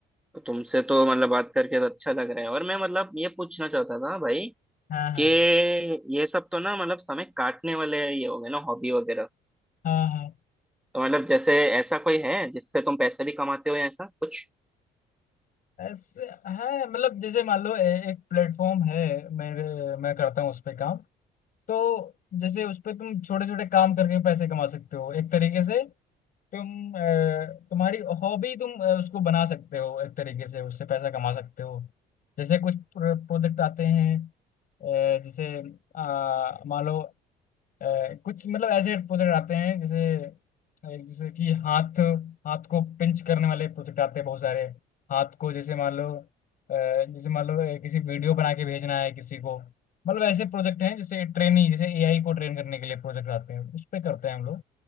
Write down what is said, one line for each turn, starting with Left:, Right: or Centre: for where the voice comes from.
Centre: तो तुमसे तो मतलब बात करके तो अच्छा लग रहा है और मैं मतलब ये पूछना चाहता था भाई
Left: हाँ हाँ
Centre: कि ये सब तो ना मतलब समय काटने वाले ये हो गए ना हॉबी वगैरह
Left: हाँ हाँ
Centre: तो मतलब जैसे ऐसा कोई है जिससे तुम पैसे भी कमाते हो या ऐसा कुछ
Left: ऐसे है मतलब जैसे मान लो ए, एक प्लेटफॉर्म है मेरे मैं करता हूँ उस पे काम तो जैसे उस पे तुम छोटे छोटे काम करके पैसे कमा सकते हो एक तरीके से तुम अ, तुम्हारी हॉबी तुम अ, उसको बना सकते हो एक तरीके से उससे पैसा कमा सकते हो जैसे कुछ प्रोजेक्ट आते हैं अ, जैसे अ, मान लो अ, कुछ मतलब ऐसे प्रोजेक्ट आते हैं जैसे एक जैसे कि हाथ हाथ को पिंच करने वाले प्रोजेक्ट आते हैं बहुत सारे हाथ को जैसे मान लो अ, जैसे मान लो ए, किसी वीडियो बना के भेजना है किसी को मतलब ऐसे प्रोजेक्ट हैं जैसे ट्रेनिंग जैसे एआई को ट्रेन करने के लिए प्रोजेक्ट आते हैं उस पे करते हैं हम लोग